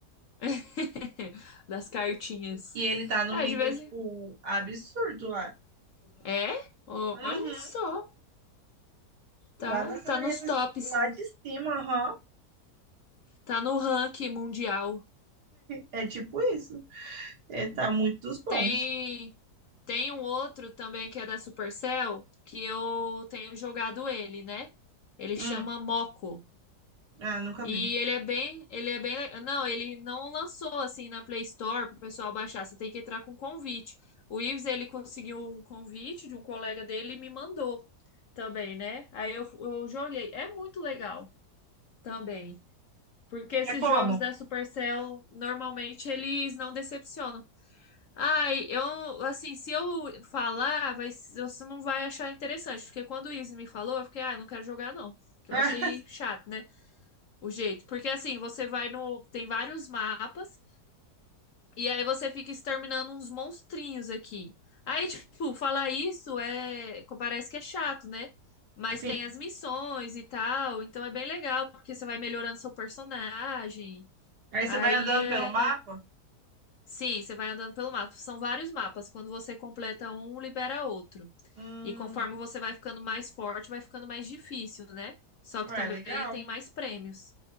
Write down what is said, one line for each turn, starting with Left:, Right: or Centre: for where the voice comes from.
Left: <laughs> das cartinhas.
Right: E ele tá num
Left: É,
Right: nível,
Left: de vez
Right: tipo,
Left: em...
Right: absurdo lá.
Left: É, olha
Right: Uhum.
Left: só, tá,
Right: Lá nas arenas,
Left: tá nos tops,
Right: lá de cima, aham.
Left: tá no ranking mundial.
Right: É tipo isso. É, tá muito dos bons.
Left: Tem, tem um outro também que é da Supercell, que eu tenho jogado ele, né? Ele
Right: Hum,
Left: chama Moco.
Right: ah, nunca
Left: E
Right: vi.
Left: ele é bem, ele é bem, le- não, ele não lançou assim na Play Store para o pessoal baixar. Você tem que entrar com convite. O Ives ele conseguiu um convite de um colega dele e me mandou também, né? Aí eu, eu joguei. É muito legal também, porque esses
Right: É como?
Left: jogos da Supercell normalmente eles não decepcionam. Ai, eu assim, se eu falar, vai, você não vai achar interessante, porque quando o Ives me falou, eu fiquei, ah, eu não quero jogar não, que
Right: <laughs>
Left: eu achei chato, né? o jeito. Porque assim, você vai no. Tem vários mapas, e aí você fica exterminando uns monstrinhos aqui. Aí, tipo, falar isso é. Parece que é chato, né? Mas
Right: Sim.
Left: tem as missões e tal, então é bem legal, porque você vai melhorando seu personagem.
Right: Aí
Left: Aí
Right: você vai andando
Left: é.
Right: pelo mapa?
Left: Sim, você vai andando pelo mapa. São vários mapas. Quando você completa um, libera outro.
Right: Hum,
Left: E conforme você vai ficando mais forte, vai ficando mais difícil, né? Só
Right: ué,
Left: que também
Right: legal.
Left: tem mais prêmios.